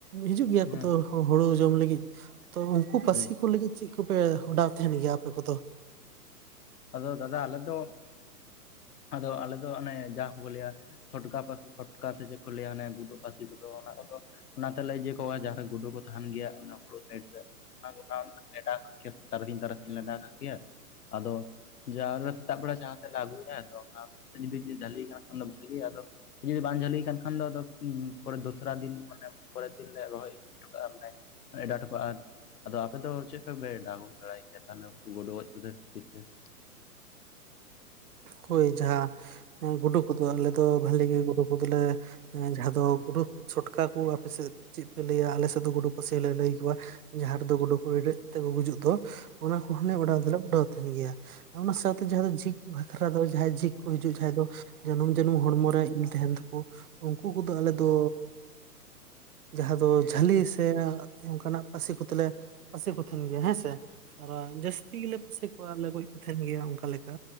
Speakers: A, on the right; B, on the left.
A: ᱦᱤᱡᱩᱜ ᱜᱮᱭᱟ
B: ᱦᱮᱸ
A: ᱠᱚᱛᱚ ᱾ ᱦᱳᱲᱳ ᱡᱚᱢ ᱞᱟᱹᱜᱤᱫ, ᱛᱚ ᱩᱝᱠᱩ ᱯᱟᱹᱥᱤ
B: ᱦᱩᱸ
A: ᱠᱚ ᱞᱟᱹᱜᱤᱫ ᱪᱤᱜ ᱠᱚᱯᱮ ᱚᱰᱟᱣ ᱛᱟᱦᱮᱸᱱ ᱜᱮᱭᱟ ᱟᱯᱮ ᱠᱚᱫᱚ?
B: ᱟᱫᱚ ᱫᱟᱫᱟ ᱟᱞᱮ ᱫᱚ, ᱟᱫᱚ ᱟᱞᱮ ᱫᱚ ᱚᱱᱮ ᱡᱟᱦᱟᱸ ᱠᱩᱠᱚ ᱞᱟᱹᱭᱟ ᱾ ᱥᱚᱴᱠᱟ ᱯᱟᱹᱥᱤ, ᱥᱚᱴᱠᱟ ᱥᱮ ᱪᱮᱫ ᱠᱚ ᱞᱟᱹᱭᱟ, ᱟᱱᱮ ᱜᱩᱰᱟᱹ ᱯᱟᱹᱥᱤ ᱠᱚᱫᱚ ᱟᱱᱟ ᱠᱚᱫᱚ ᱚᱱᱟ ᱛᱮᱞᱮ ᱤᱭᱟᱹ ᱠᱚᱣᱟ ᱡᱟᱦᱟᱸ ᱜᱩᱰᱩ ᱠᱚ ᱛᱟᱦᱮᱱ ᱜᱮᱭᱟ ᱚᱱᱟ ᱦᱳᱲᱳ ᱥᱟᱭᱤᱰ ᱨᱮ᱾ <unintelligible> ᱛᱟᱨᱟᱥᱤᱧ ᱛᱟᱨᱟᱥᱤᱧ ᱞᱮ ᱫᱟᱜ ᱠᱟᱜ ᱠᱮᱭᱟ, ᱟᱫᱚ ᱡᱟᱣ ᱫᱚ ᱥᱮᱛᱟᱜ ᱵᱮᱲᱟ ᱡᱟᱦᱟᱸ ᱛᱮᱞᱮ ᱟᱹᱜᱩᱭᱟ᱾ ᱟᱫᱚ ᱚᱱᱟ ᱡᱩᱫᱤ ᱡᱟᱹᱞᱤ ᱠᱟᱱ ᱠᱷᱟᱱ ᱫᱚ ᱵᱷᱟᱹᱞᱤ ᱟᱫᱚ ᱡᱩᱫᱤ ᱵᱟᱝ ᱡᱷᱟᱹᱞᱤ ᱠᱟᱱ ᱠᱷᱟᱱ ᱫᱚ, ᱟᱫᱚ ᱯᱚᱨᱮ ᱫᱚᱥᱨᱟ ᱫᱤᱱ ᱢᱟᱱᱮ ᱯᱚᱨᱮᱨ ᱫᱤᱱ ᱞᱮ ᱨᱚᱦᱚᱭ ᱤᱫᱤ ᱴᱚᱠᱟᱜᱼᱟ, ᱢᱟᱱᱮ ᱮᱰᱟᱣ ᱴᱚᱠᱟᱜᱼᱟ᱾ ᱟᱫᱚ ᱟᱯᱮ ᱫᱚ ᱪᱮᱜ ᱯᱮ <unintelligible> ᱵᱟᱲᱟᱭ ᱜᱮᱭᱟ ᱛᱷᱟᱞᱮ, ᱩᱝᱠᱩ ᱜᱳᱰᱳ ᱜᱚᱡ ᱠᱚᱛᱮ᱾ <unintelligible>
A: ᱠᱳᱭ ᱡᱟᱦᱟᱸ ᱦᱮᱸ ᱜᱩᱰᱩ ᱠᱚᱫᱚ, ᱟᱞᱮ ᱫᱚ ᱵᱷᱟᱞᱮ ᱜᱮ ᱜᱩᱰᱩ ᱠᱚᱫᱚᱞᱮ ᱮᱸ ᱡᱟᱦᱟᱸ ᱫᱚ <unintelligible> ᱥᱚᱴᱠᱟ ᱠᱩ, ᱟᱯᱮ ᱥᱮᱫ ᱪᱮᱜ ᱯᱮ ᱞᱟᱹᱭᱟ᱾ ᱟᱞᱮ ᱥᱮᱫ ᱫᱚ ᱜᱩᱰᱩ ᱯᱟᱹᱥᱤ ᱞᱮ ᱞᱟᱹᱭ ᱠᱚᱣᱟ, ᱡᱟᱦᱟᱸ ᱨᱮᱫᱚ ᱜᱩᱰᱩ ᱠᱚ ᱨᱮᱰᱮᱛ ᱛᱮᱠᱚ ᱜᱩᱡᱩᱜ ᱫᱚ, ᱚᱱᱟ ᱠᱚᱦᱚᱸᱞᱮ ᱚᱰᱟᱣ ᱫᱚᱞᱮ ᱚᱰᱟᱣ ᱛᱷᱮᱱ ᱜᱮᱭᱟ᱾ ᱚᱱᱟ ᱥᱟᱶᱛᱮ ᱡᱟᱦᱟᱸ ᱫᱚ ᱡᱷᱤᱠ ᱵᱷᱟᱠᱨᱟ ᱫᱚ ᱡᱟᱦᱟᱸᱭ ᱡᱷᱤᱠ ᱠᱚ ᱦᱤᱡᱩᱜ, ᱡᱟᱦᱟᱸᱭ ᱫᱚ ᱡᱟᱹᱱᱩᱢ ᱡᱟᱹᱱᱩᱢ ᱦᱚᱲᱢᱚ ᱨᱮ ᱤᱞ ᱛᱟᱦᱮᱱ ᱛᱟᱠᱚ᱾ ᱩᱝᱠᱩ ᱠᱚᱫᱚ ᱟᱞᱮ ᱫᱚ, ᱡᱟᱦᱟᱸ ᱫᱚ ᱡᱷᱟᱹᱞᱤ ᱥᱮ ᱱᱟᱜ ᱚᱝᱠᱟᱱᱟᱜ ᱯᱟᱥᱤ ᱠᱚᱛᱮᱞᱮ, ᱯᱟᱥᱤ ᱯᱚᱛᱷᱮᱱ ᱜᱮᱭᱟ ᱦᱮᱸ ᱥᱮ ᱟᱨᱚ ᱡᱟᱹᱥᱛᱤ ᱜᱮᱞᱮ ᱯᱷᱟᱹᱥᱤ ᱠᱚᱣᱟᱞᱮ ᱜᱚᱡ ᱠᱚ ᱛᱟᱦᱮᱱ ᱜᱮᱭᱟ᱾ ᱚᱝᱠᱟ ᱞᱮᱠᱟ